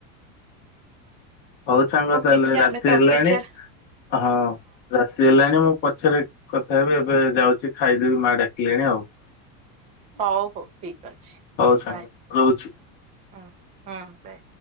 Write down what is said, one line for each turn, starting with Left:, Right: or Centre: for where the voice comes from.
Left: ହଉ ସାଙ୍ଗ ତାହେଲେ
Right: ଦେଖିବା
Left: ରାତି
Right: ଆମେ ତ
Left: ହେଲାଣି।
Right: ଅପେକ୍ଷାରେ
Left: ହଁ ରାତି ହେଲାଣି ମୁଁ ପଛରେ କଥା ହେବି ଏବେ ଯାଉଛି ଖାଇଦେବି ମା ଡାକିଲେଣି ଆଉ।
Right: ହଉ ହଉ ଠିକ ଅଛି।
Left: ହଉ ସାଙ୍ଗ
Right: ବାଏ।
Left: ରହୁଛି।
Right: ହଁ ବାଏ।